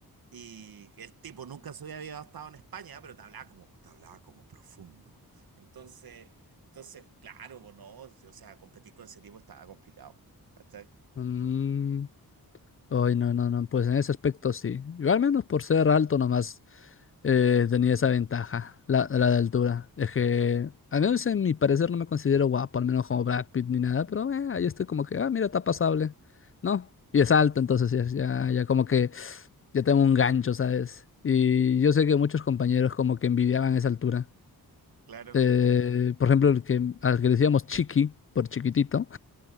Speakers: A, on the right; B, on the left.
A: Y el tipo nunca se había estado en España, pero te hablaba como, te hablaba como profundo. Entonces, entonces, claro, pues no, o sea, competir con ese tipo estaba complicado. ¿Cachai?
B: Mm,
A: Entonces,
B: Ay, no, no, no. Pues en ese aspecto sí. Yo al menos por ser alto nomás. eh, tenía esa ventaja, la, la de altura. Es que, al menos en mi parecer, no me considero guapo, al menos como Brad Pitt ni nada, pero eh, ahí estoy como que, ah, mira, está pasable, ¿no? Y es alto, entonces ya, ya, ya como que ya tengo un gancho, ¿sabes? Y yo sé que muchos compañeros como que envidiaban esa altura.
A: claro.
B: Eh, por ejemplo, el que, al que le decíamos Chiqui, por chiquitito,